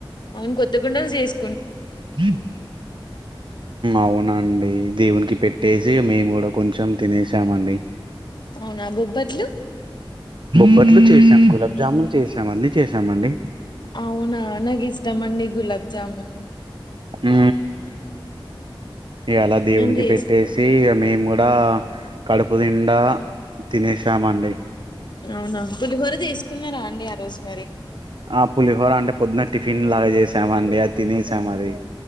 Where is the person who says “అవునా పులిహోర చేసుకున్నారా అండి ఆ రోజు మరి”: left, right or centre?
Left